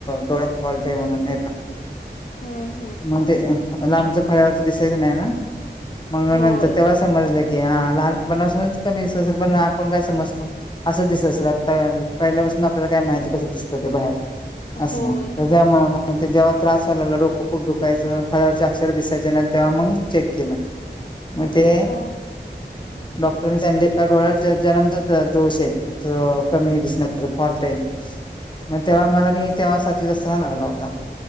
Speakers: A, on the left; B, on the left.
A: डोळ्यात हॉल्ट आहे म्हणून ए
B: हम
A: म्हणजे लांबच फळ्यावरच दिसायचं नाही ना मंग
B: होय.
A: नंतर तेव्हा समजलं कि हा लहानपणापासूनच कमी दिसत असेल पण आपण काय समजतो असं दिसत असेल आता पहिल्या आपल्यालाय माहिती कस दिसतं ते बाहेर असं
B: होय
A: ना त्याजामुळ मग ते जेव्हा त्रास व्हालाला डोकं खूप दुःख कायच फळावरचे अक्षर दिसायचे ना तेव्हा मग चेक केलं म्हणजे
B: हा
A: डॉक्टरनी सांगले का डोळ्यात जन्मताच दोष आहे कमी दिसण्या फॉल्ट आहे. मग तेव्हा मला मी तेव्हा सातवीस असताना लागला होता.